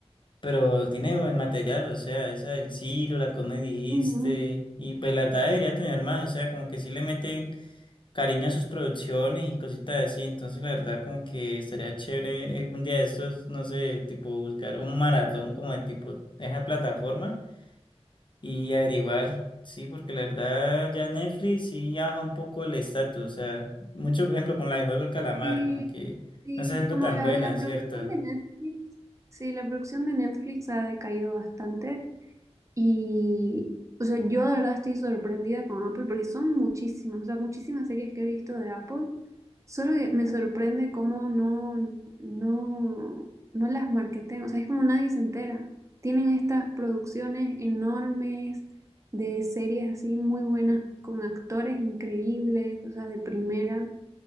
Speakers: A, on the left (about 45°); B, on the right (about 30°).
A: pero tiene buen material, o sea, esa del Silo, la que me dijiste,
B: Ujú.
A: y pues la verdad debería tener más, o sea, como que sí le meten cariño a sus producciones y cositas así, entonces la verdad como que estaría chévere eh, un día de estos, no sé, tipo buscar un maratón como de tipo, esa plataforma y averiguar, sí, porque la verdad ya Netflix sí baja un poco el estatus, o sea, mucho por ejemplo con la de Juego del Calamar,
B: Sí,
A: como que
B: sí,
A: no se siendo
B: como
A: tan
B: la,
A: buena,
B: la producción
A: ¿cierto?
B: de Netflix, sí, la producción de Netflix ha decaído bastante. Y, o sea, yo de verdad estoy sorprendida con Apple porque son muchísimas, o sea, muchísimas series que he visto de Apple. Solo que me sorprende cómo no, no, no las marketean, o sea, es como nadie se entera. Tienen estas producciones enormes de series así muy buenas, con actores increíbles, o sea, de primera